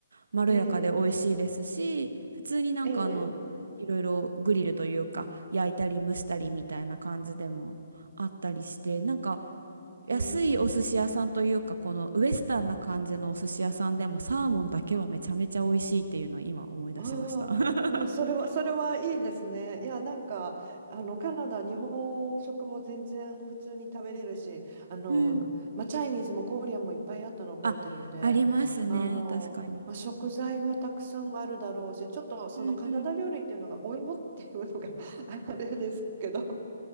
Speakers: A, on the right (about 85°); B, on the right (about 35°).
A: まろやかで美味しいですし、
B: ええ、
A: 普通になんかあの、
B: ええ、
A: いろいろグリルというか、焼いたり蒸したりみたいな感じでもあったりして、なんか
B: へえ。
A: 安いお寿司屋さんというか、このウエスタンな感じのお寿司屋さんでもサーモンだけはめちゃめちゃ美味しいっていうのを今思い出しました。
B: ああ、
A: <laughs>
B: でもそれは、それはいいですね。いや、なんか、あの、カナダ、日本食も全然普通に食べれるし、あの、
A: うん。
B: まあ、チャイニーズもコーリアンもいっぱいあったの覚えてるんで、
A: あ、ありますね。
B: あの、
A: 確かに。
B: まあ、食材はたくさんあるだろうし、ちょっとそのカナダ料理っていうのがお芋っていうのが
A: うんうん。
B: <laughs> あれですけど、